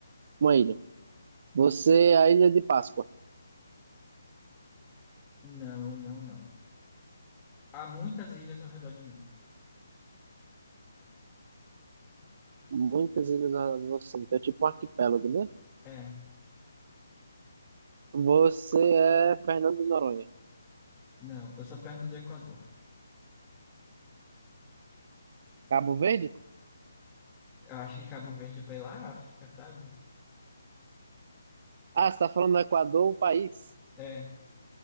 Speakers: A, on the right (about 40°); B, on the left (about 15°).
A: uma ilha. Você é a Ilha de Páscoa.
B: Não, não, não. Há muitas ilhas ao redor de mim.
A: Muitas ilhas na você. Então é tipo um arquipélago, né?
B: É.
A: Você é Fernando de Noronha.
B: Não, eu sou perto do Equador.
A: Cabo Verde?
B: Eu acho que Cabo Verde é pela África, sabe?
A: Ah, você tá falando do Equador, o país?
B: É.